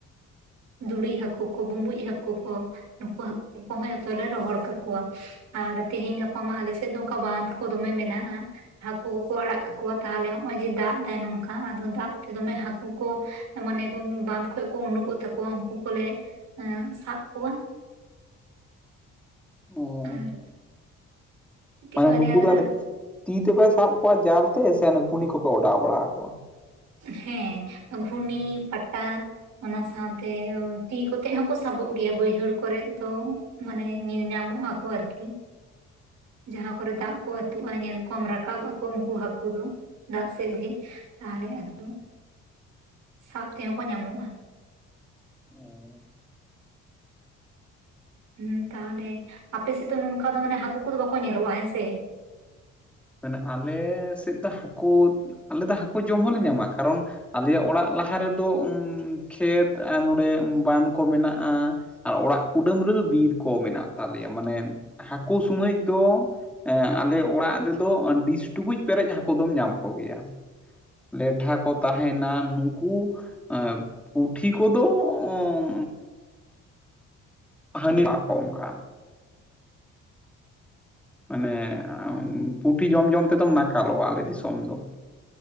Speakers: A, on the right (about 75°); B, in the centre.
A: ᱫᱩᱲᱤ ᱦᱟᱠᱳ ᱠᱚ ᱵᱩᱸᱵᱩᱡ ᱦᱟᱠᱳ ᱠᱚ ᱱᱩᱠᱩ ᱦᱟᱠᱳ ᱠᱚᱦᱚᱸ ᱡᱚᱛᱚ ᱞᱮ ᱨᱚᱦᱚᱲ ᱠᱟᱠᱚᱣᱟ᱾ ᱟᱨ ᱛᱮᱦᱮᱧ ᱜᱟᱯᱟ ᱢᱟ ᱟᱞᱮ ᱥᱮᱫ ᱫᱚ ᱚᱱᱠᱟ ᱵᱟᱸᱫᱷ ᱠᱚ ᱫᱚᱢᱮ ᱢᱮᱱᱟᱜᱼᱟ᱾ ᱦᱟᱹᱠᱩ ᱠᱚᱠᱚ ᱟᱲᱟᱜ ᱠᱟᱠᱚᱣᱟ ᱛᱟᱦᱟᱞᱮ ᱱᱚᱭ ᱡᱮ ᱫᱟᱜ ᱫᱟᱭ ᱱᱚᱝᱠᱟ ᱟᱫᱚ ᱫᱟᱜ ᱛᱮ ᱫᱚᱢᱮ ᱦᱟᱹᱠᱩ ᱠᱚ ᱢᱟᱱᱮ ᱵᱟᱸᱫᱽ ᱠᱷᱚᱡ ᱠᱚ ᱩᱰᱩᱠᱚᱜ ᱛᱟᱠᱚᱣᱟ ᱩᱱᱠᱩ ᱠᱚᱞᱮ ᱥᱟᱵ ᱠᱚᱣᱟ᱾
B: ᱚ
A: ᱟᱨ ᱢᱤᱫᱴᱤᱡ
B: ᱢᱟᱱᱮ
A: ᱵᱟᱨᱭᱟ
B: ᱱᱩᱠᱩ
A: ᱫᱷᱟᱨᱟ
B: ᱫᱚ ᱟᱞᱮ, ᱛᱤ ᱛᱮᱯᱮ ᱥᱟᱵ ᱠᱚᱣᱟ ᱡᱟᱞ ᱛᱮ ᱜᱷᱩᱱᱤ ᱠᱚᱯᱮ ᱚᱰᱟᱣ ᱵᱟᱲᱟ ᱟᱠᱚᱣᱟ?
A: ᱦᱮᱸ ᱜᱷᱩᱱᱤ, ᱯᱟᱴᱟ ᱚᱱᱟ ᱥᱟᱶᱛᱮ ᱛᱤ ᱠᱚᱛᱮ ᱦᱚᱸᱠᱚ ᱥᱟᱵᱚᱜ ᱜᱮᱭᱟ ᱵᱟᱹᱭᱦᱟᱹᱲ ᱠᱚᱨᱮ ᱛᱚ᱾ ᱢᱟᱱᱮ ᱧᱮᱞ ᱧᱟᱢᱚᱜ ᱟᱠᱚ ᱟᱨᱠᱤ᱾ ᱡᱟᱦᱟᱸ ᱠᱚᱨᱮ ᱫᱟᱜ ᱠᱚ ᱟᱹᱛᱩᱜᱼᱟ ᱧᱮᱞ ᱠᱚᱢ ᱨᱟᱠᱟᱵ ᱟᱠᱚ ᱩᱱᱠᱩ ᱦᱟᱹᱠᱩ ᱫᱚ ᱫᱟᱜ ᱥᱮᱫ ᱜᱮ᱾ ᱛᱟᱦᱚᱞᱮ ᱟᱫᱚ ᱥᱟᱵ ᱛᱮᱦᱚᱸ ᱠᱚ ᱧᱟᱢᱚᱜᱼᱟ᱾
B: ᱚᱻ
A: ᱦᱩᱸ ᱛᱟᱦᱚᱞᱮ ᱟᱯᱮ ᱥᱮᱫ ᱫᱚ ᱱᱚᱝᱠᱟ ᱫᱚ ᱢᱟᱱᱮ ᱦᱟᱹᱠᱩ ᱠᱚᱫᱚ ᱵᱟᱠᱚ ᱧᱮᱞᱚᱜᱼᱟ ᱦᱮᱸ ᱥᱮ?
B: ᱢᱟᱱᱮ ᱟᱞᱮ ᱥᱮᱫ ᱫᱚ ᱦᱟᱹᱠᱩ ᱟᱞᱮ ᱫᱚ ᱦᱟᱹᱠᱩ ᱡᱚᱢ ᱦᱚᱸᱞᱮ ᱧᱟᱢᱟ ᱠᱟᱨᱚᱱ ᱟᱞᱮᱭᱟᱜ ᱚᱲᱟᱜ ᱞᱟᱦᱟ ᱨᱮᱫᱚ ᱩᱸ ᱠᱷᱮᱛ ᱟᱨ ᱱᱚᱰᱮ ᱵᱟᱱ ᱠᱚ ᱢᱮᱱᱟᱜᱼᱟ᱾ ᱟᱨ ᱚᱲᱟᱜ ᱠᱩᱰᱟᱹᱢ ᱨᱮᱫᱚ ᱵᱤᱨ ᱠᱚ ᱢᱮᱱᱟᱜ ᱛᱟᱞᱮᱭᱟ ᱢᱟᱱᱮ ᱦᱟᱹᱠᱩ ᱥᱩᱢᱟᱹᱡ ᱫᱚ ᱮᱸ ᱟᱞᱮ ᱚᱲᱟᱜ ᱨᱮ ᱫᱚ ᱰᱤᱥ ᱴᱩᱠᱩᱡ ᱯᱮᱨᱮᱡ ᱦᱟᱹᱠ ᱫᱚᱢ ᱧᱟᱢ ᱠᱚᱜᱮᱭᱟ᱾ ᱞᱮᱴᱷᱟ ᱠᱚ ᱛᱟᱦᱮᱱᱟ ᱱᱩᱠᱩ ᱮᱸ ᱯᱩᱴᱷᱤ ᱠᱚᱫᱚ ᱚᱸᱻ ᱦᱟᱹᱱᱤ <inaudible> ᱠᱚ ᱚᱱᱠᱟ᱾ ᱢᱟᱱᱮ ᱩᱸ ᱯᱩᱴᱷᱤ ᱡᱚᱢ ᱡᱚᱢ ᱛᱮᱫᱚᱢ ᱱᱟᱠᱟᱞᱚᱜᱼᱟ ᱟᱞᱮ ᱫᱤᱥᱚᱢ ᱫᱚ᱾